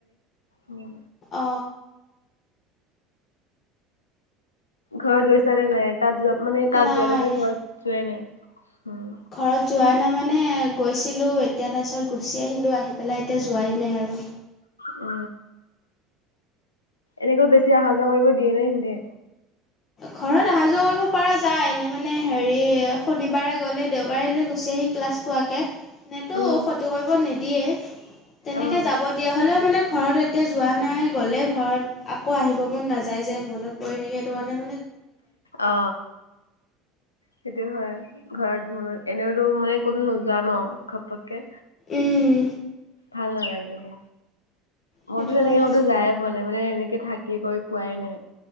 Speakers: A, on the left; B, on the left.
A: উম
B: অ।
A: ঘৰত গৈছ নে নাই? তাত জ্বব মানে তাত
B: নাই
A: জ্বব আছে ঘৰত যোৱাই নাই। উম,
B: ঘৰত যোৱা নাই মানে গৈছিলোঁ, এতিয়া তাৰপিছত গুচি আহিলোঁ। আহি পেলাই এতিয়া যোৱাই নাই আৰু।
A: উ এনেকৈ বেছি অহা যোৱা কৰিব দিয়ে নে নিদিয়ে?
B: ঘৰত অহা যোৱা কৰিব পৰা যায়। এনে মানে হেৰি শনিবাৰে গ'লে দেওবাৰে গুচি আহ- হি ক্লাছ পুৱাকে এনেটো
A: উম,
B: খতি কৰিব নিদিয়ে। তেনেকে
A: অ',
B: জাব দিয়া হলো মানে ঘৰত এতিয়া যোৱা নাই, গ'লে ঘৰত আকৌ আহিব মন নাযায় যে মনত পৰি থাকে, সেইটো কাৰনে।
A: অ। সেইটো হয়, ঘৰত মান এনেওতো মানে কোনো নোযোৱা ন? ঘপককে
B: উম
A: ভাল নালাগে যাব। মইতো
B: সেইটো
A: তেনেকে
B: কাৰণে
A: মইতো
B: যোৱা
A: যায়ে পোৱা নাই, মানে এনেকে থাকি কৰি পোৱাই নাই।